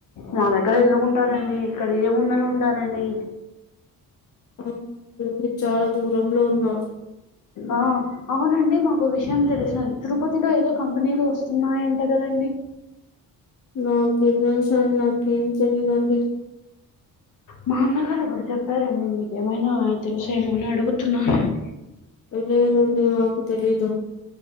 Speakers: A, on the left (about 60°); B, on the left (about 40°).
A: మా దగ్గర ఎందుకుంటారండి ఇక్కడ ఏముందని ఉంటారండి
B: ఆ మీకు చాలా దూరంలో ఉన్న
A: ఆ అవునండి మాకు విషయం తెలసింది తిరుపతిలో ఏదో కంపెనీలు వస్తున్నాయంట కదండి
B: నాకేమ్ తెల్సాండి నాకేమ్ తెలీదాండి
A: మా అన్నగారు ఒకరు చెప్పారండి మీకేమైనా తెలుసేమో అని అడుగుతున్నారండి
B: ఏమోనండి మాకు తెలియదు